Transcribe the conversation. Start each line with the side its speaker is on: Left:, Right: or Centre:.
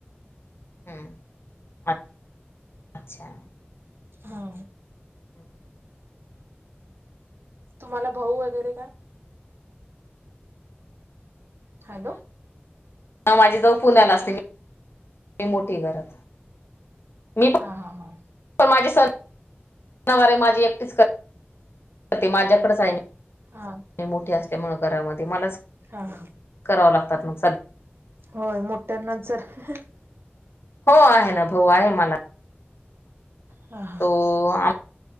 Left: <inaudible> अच्छा.
Right: हा.
Left: <inaudible>
Right: तुम्हाला भाऊ वगैरे का? हॅलो.
Left: हा माझी जाऊ पुण्याला असते मी मोठी घरात. मी पण
Right: हा हा हा
Left: पण माझी सणवार माझी एकटीच करते ते माझ्याकडेच आहे
Right: हा
Left: मी मोठीे असल्यामुळे घरामध्ये ते मलाच
Right: हा हा.
Left: कराव लागतात सग
Right: होय, मोठ्यांना जर
Left: हो आहे ना भाऊ आहे मला.
Right: हा हा
Left: तो आ